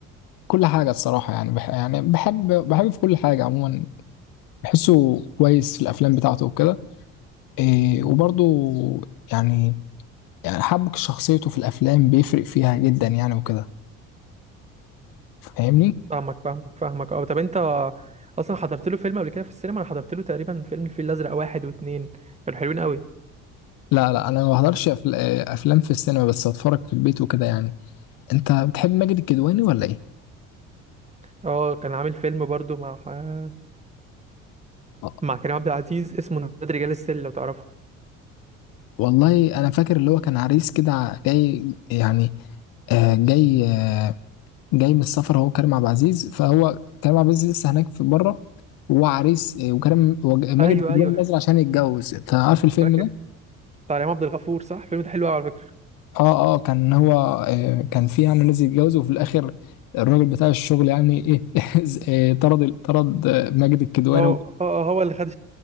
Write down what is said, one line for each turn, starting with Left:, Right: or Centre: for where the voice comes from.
Left: كل حاجه الصراحه يعني بح يعني بحب بحب في كل حاجه عموما بحسه كويس في الافلام بتاعته وكده إيه وبرضو يعني يعني حبك شخصيته في الافلام بيفرق فيها جدا يعني وكده فاهمني
Right: فاهمك فاهمك فاهمك اه طب انت اصلا حضرت له فيلم قبل كده في السينما انا حضرت له تقريبا فيلم الفيل الازرق واحد واتنين كانوا حلوين قوي
Left: لا لا انا ما بحضرش أفل- آه، افلام في السينما بس اتفرج في البيت وكده يعني انت بتحب ماجد الكدواني ولا ايه
Right: اه كان عامل فيلم برضو مع آه،
Left: آه،
Right: مع كريم عبد العزيز اسمه نادي رجال السل لو تعرفه
Left: والله انا فاكر اللي هو كان عريس كده ع- جاي يعني آه، جاي آه، جاي من السفر هو كريم عبد العزيز فهو كريم عبد العزيز لسه هناك في بره وهو عريس آه، وكريم وج- ماجد
Right: ايوه
Left: الكدواني
Right: ايوه
Left: نازل عشان يتجوز انت عارف الفيلم
Right: فاكر
Left: ده
Right: بتاع ريهام عبد الغفور صح الفيلم ده حلو قوي على فكره
Left: اه اه كان هو آه كان في يعني ناس يتجوزوا وفي الاخر الراجل بتاع الشغل يعني ايه <laughs> ز- آه، طرد طرد آه، ماجد الكدواني
Right: هو
Left: وك-
Right: اه هو اللي خد